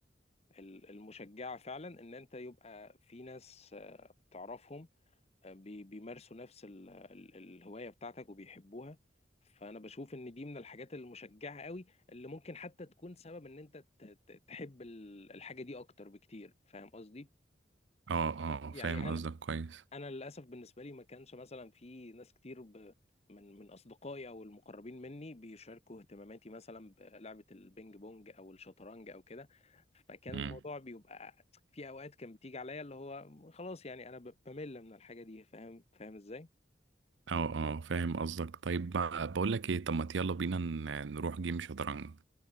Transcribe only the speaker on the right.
اه اه
فاهم قصدك كويس
مم.
اه اه فاهم قصدك طيب بقى بقول لك ايه طب ما يلا بينا ن- نروح جيم شطرنج